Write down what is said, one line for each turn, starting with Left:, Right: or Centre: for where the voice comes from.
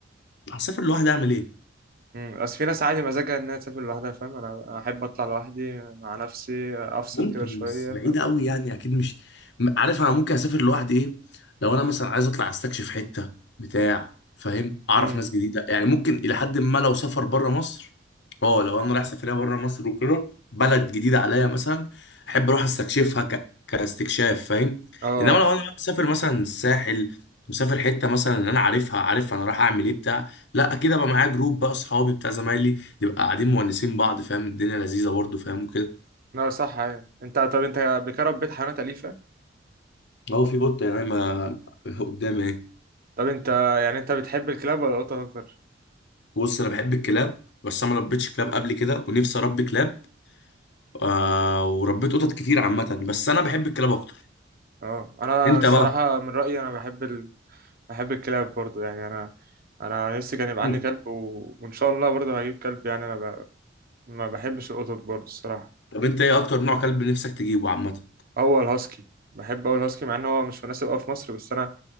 Left: هسافر لوحدي أعمل إيه؟
Right: امم بس في ناس عادي مزاجها انها تسافر لوحدها فاهم انا أنا احب اطلع لوحدي مع نفسي افصل
Left: ممكن
Right: كده شوية
Left: بس بعيدة
Right: فاهم
Left: قوي يعني اكيد مش م- عارف انا ممكن اسافر لوحدي ايه لو انا مثلا عايز اطلع استكشف حتة بتاع فاهم اعرف
Right: امم
Left: ناس جديدة يعني ممكن الى حد ما لو سافر بره مصر اه لو انا رايح سفرية بره مصر وكده بلد جديدة عليا مثلا احب اروح استكشفها ك... كاستكشاف فاهم
Right: اه آه.
Left: انما لو انا مسافر مثلا الساحل مسافر حتة مثلا ان انا عارفها عارف انا رايح اعمل ايه بتاع لا اكيد ابقى معايا جروب بقى اصحابي بتاع زمايلي نبقى قاعدين مونسين بعض فاهم الدنيا لذيذة برضه فاهم وكده
Right: لا صح يعني انت طب انت قبل كده ربيت حيوانات أليفة
Left: اهو في قطه يعني ما قدامي اهي
Right: طب انت يعني انت بتحب الكلاب ولا القطط اكتر
Left: بص انا بحب الكلاب بس انا ما ربيتش كلاب قبل كده ونفسي اربي كلاب آه وربيت قطط كتير عامه بس انا بحب الكلاب اكتر
Right: اه انا
Left: انت
Right: الصراحة
Left: بقى
Right: من رأيي انا بحب ال... بحب الكلاب برضو يعني انا انا نفسي كان يبقى
Left: مم.
Right: عندي كلب و... وان شاء الله برضو هجيب كلب يعني انا ب... ما بحبش القطط برضو الصراحة
Left: طب انت ايه اكتر نوع كلب نفسك تجيبه عامه
Right: هو الهاسكي بحب أوي الهاسكي مع إن هو مش مناسب أوي في مصر بس أنا